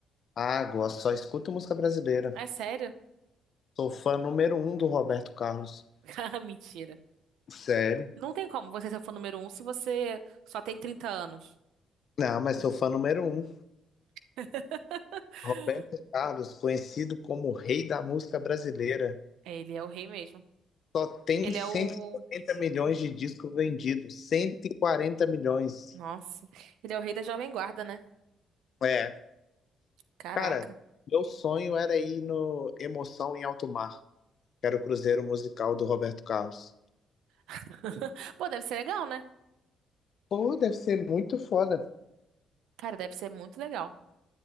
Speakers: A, on the left; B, on the right.
A: Ah, gosto, só escuto música brasileira.
B: É sério?
A: Sou fã número um do Roberto Carlos.
B: <laughs> Ah, mentira.
A: Sério?
B: Não tem como você ser fã número um se você só tem 30 anos.
A: Não, mas sou fã número um.
B: <laughs>
A: Roberto Carlos, conhecido como o rei da música brasileira,
B: É, Ele é o rei mesmo.
A: só tem
B: Ele
A: cento
B: é o...
A: e quarenta milhões de discos vendidos. 140 milhões.
B: Nossa, ele é o rei da Jovem Guarda, né?
A: É.
B: Caraca.
A: Cara, meu sonho era ir no Emoção em Alto Mar, que era o cruzeiro musical do Roberto Carlos.
B: <laughs> Pô, deve ser legal, né?
A: Pô, deve ser muito foda.
B: Cara, deve ser muito legal.